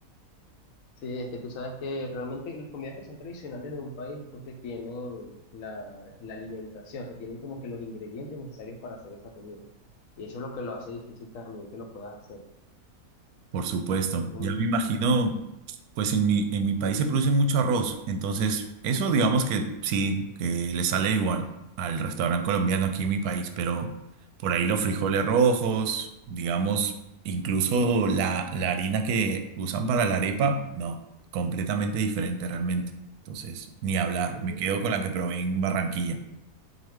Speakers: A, on the left (about 70°); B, on the right (about 85°).
A: Sí, es que tú sabes que realmente las comidas que son tradicionales de un país es porque tienen la, la alimentación, o sea, tienen como que los ingredientes necesarios para hacer esa comida. Y eso es lo que lo hace difícil también que lo puedas hacer.
B: Por supuesto.
A: Mm,
B: Ya me imagino, pues en mi, en mi país se produce mucho arroz, entonces eso digamos que sí, que le sale igual al restaurante colombiano aquí en mi país, pero por ahí los frijoles rojos, digamos, incluso la, la harina que usan para la arepa, no, completamente diferente realmente. Entonces, ni hablar,
A: mm.
B: me quedo con la que probé en Barranquilla.